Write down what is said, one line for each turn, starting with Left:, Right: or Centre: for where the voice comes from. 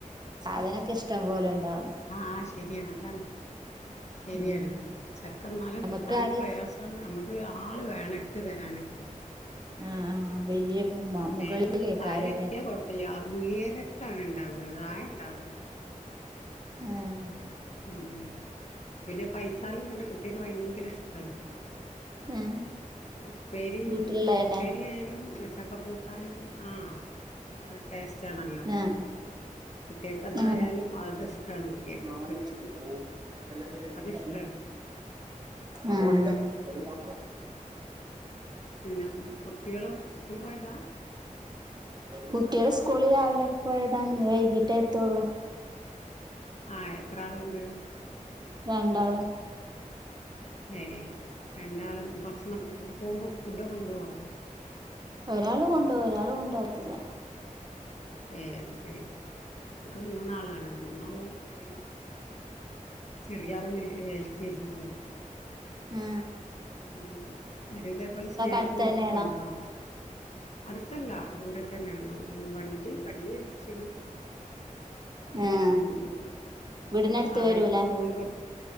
Right: സാധനം ക്കെ ഇഷ്ടം പോലെ ഉണ്ടാവും
Left: ആ ശരിയാണ് അതാണ് ശരിയാണ്
Right: ഉം
Left: ചക്ക ന്നാലും
Right: നമുക്ക്
Left: കിട്ടാനും
Right: അത്
Left: പ്രയാസാണ് നമ്മക്ക് ആള് വേണം ഇട്ടു തരാനൊക്കെ
Right: ആ ആ
Left: ഉം
Right: വലിയ മുകളിലേക്കാരല്ലേ
Left: മേലെന്നിങ്ങട് താഴെ എത്തിയാ കൊഴപ്പല്ല ഉയരെ ഉണ്ടാവേല നായ ഉണ്ടാവൂല്ല
Right: ആഹ്
Left: ഉം പിന്നെ പൈത്താലും തന്നെ കുട്ടിയക്ക് ഭയങ്കര ഇഷ്ടാണ്
Right: ആ
Left: ഉപ്പേരിയും
Right: വീട്ടിലുള്ളതന്നെ
Left: ഉപ്പേരി ആയാലും ചക്ക കൂട്ടാന പോലെ ആഹ് ആഹ് ടെസ് ച്ചാണല്ലോ
Right: ആ
Left: കുട്ടിയക്ക് അതായാലും
Right: ആ
Left: അത് ബെസ്റ്റാണ് കുട്ടിയക്ക്
Right: ആ.
Left: ഇഷ്ടാണ്
Right: <unintelligible>
Left: പിന്നെ കുട്ടികള് സ്കൂള് പോയതാ
Right: കുട്ടികള് സ് സ്ക്കൂളി രാവില്ലെ പോയതാണ് ഇനി വൈകിട്ടേ എത്തുള്ളൂ.
Left: ആ എത്ര ആളുണ്ട്?
Right: രണ്ടാള്.
Left: ഏയ് രണ്ടാളും ഭക്ഷണൊക്കെ പോകുമ്പോ ഫുഡ് കൊണ്ട് പോവോ
Right: ഒരാള് കൊണ്ട് പോവും ഒരാള് കൊണ്ട് പോവത്തില്ല
Left: ഏ അത് ശരി എനിക്ക് മൂന്നാളാണ് മൂന്നാളും പോയിണ് ചെറിയ ആളന്നെ എൽ കെ ജിയിലാണ്.
Right: ഏ.
Left: ഉം അത് ഇതേപോലെ സ്നാക്കും
Right: അടുത്ത്
Left: ഇന്തൊക്കെ
Right: തന്നെയാണോ
Left: കൊണ്ടോണം. അടുത്തല്ല ദൂരെ. തന്നെയാണ് ഉം വണ്ടി വണ്ടി ഏൽപ്പിച്ച്ണ്
Right: ആ
Left: ഉം
Right: വീടിനടുത്ത്
Left: അവരുക്ക്
Right: വരൂലേ
Left: പോകുമ്പോ